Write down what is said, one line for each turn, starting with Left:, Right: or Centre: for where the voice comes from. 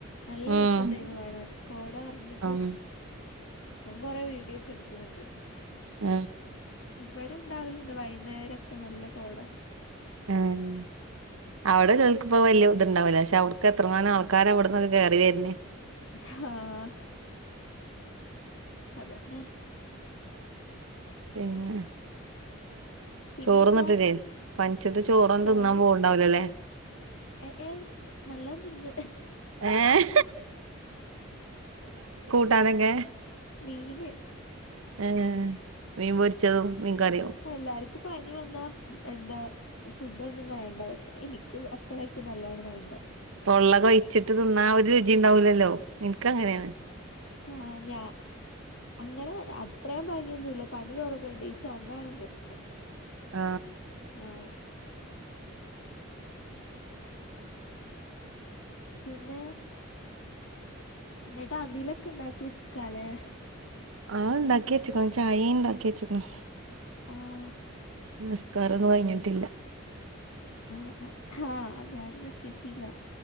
Left: നല്ല
Right: ഉം
Left: രസണ്ടേരുന്നു കാണാൻ കോട നറഞ്ഞിട്ട്
Right: ഉം
Left: ഞാൻ കൊറെ വീഡിയോക്കെ എടുത്ത് ന്നട്ട്
Right: ആ
Left: വടെണ്ടാവലുണ്ട് വൈന്നേരൊക്കെ നല്ല കോട
Right: ഉം അവടെ കേൾക്കുമ്പോ വല്ല്യത്ണ്ടാവൂല ക്ഷെ അവ്ട്ക്ക് എത്രങ്ങാനും ആൾക്കാരാ വ്ട്ന്നൊക്കെ കേറിവര്നെ
Left: ആ അതന്നെ
Right: പിന്നെ
Left: പിന്നെന്താ
Right: ചോറ്ന്നിട്ടില്ലേ പനിച്ചിട്ട് ചോറതിന്നാൻ
Left: ചോറ്
Right: പോവ്ണ്ടാവ്ലല്ലേ
Left: ഏ ഏ നല്ലോം തിന്ന്
Right: ഏഹ് ട്ടാനൊക്കെ
Left: മീന്
Right: ഏ മീൻ പൊരിച്ചതും മീൻ കറിയും
Left: എല്ലാർക്കും പനി വന്നാ എന്താ ഫുഡോന്നും വേണ്ട പക്ഷെ എനിക്ക് അപ്പളേക്കും നല്ലോണം വേണ്ട
Right: തൊള്ള കയ്ച്ചിട്ട് തിന്നാ ഒരു രുചിണ്ടാവൂലല്ലോ ഇൻക്കങ്ങനെണ്
Left: ആ ഞാ അങ്ങനെ അത്രയും പനിയൊന്നുല്ല പനി കൊറവുണ്ട് ഈ ചൊമയാണ് പ്രശ്നം
Right: ആ
Left: ആഹ് പിന്നെ ന്നിട്ടവിലൊക്കെണ്ടാക്കിച്ചക്കാലെ
Right: ആ ണ്ടാക്കിച്ച്ക്ക്ണ് ചായിംണ്ടാക്കി ച്ച്ക്ണ്
Left: ആഹ്
Right: നിസ്കാരൊന്നും കഴിഞ്ഞിട്ടില്ല
Left: ആ ആ ഞാനും നിസ്കരിചില്ല